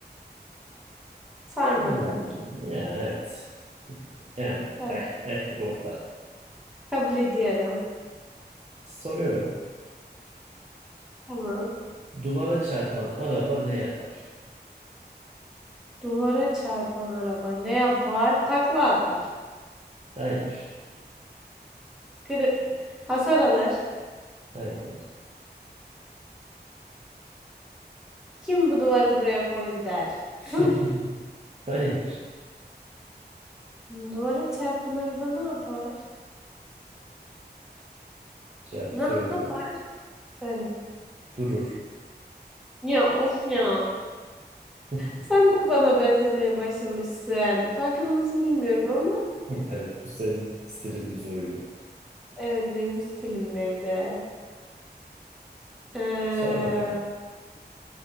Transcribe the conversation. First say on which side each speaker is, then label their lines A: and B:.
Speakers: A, in the centre; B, on the right.
A: Sarmadı.
B: Hmm, ya evet. Yani
A: Ay,
B: eh eh orta.
A: Kabul ediyorum.
B: Soruyorum.
A: Tamam.
B: Duvara çarpan araba ne yapar?
A: Duvara çarpan araba ne yapar? Takla atar.
B: Hayır.
A: Kırı- Hasar alır.
B: Hayır.
A: Kim bu duvarı buraya koydu der.
B: <laughs>
A: <laughs>
B: Hayır.
A: Duvara çarpan araba ne yapar?
B: Cevabı
A: Ne
B: söylüyorum.
A: yapar? Söyle.
B: Durur.
A: Ya of ya.
B: <laughs>
A: Sen de bana benzemeye başlamışsın. Farkında mısın bilmiyorum ama
B: Evet bu senin stilin bir soruydu.
A: evet benim stilimdeydi. Ee,
B: Sor bakalım.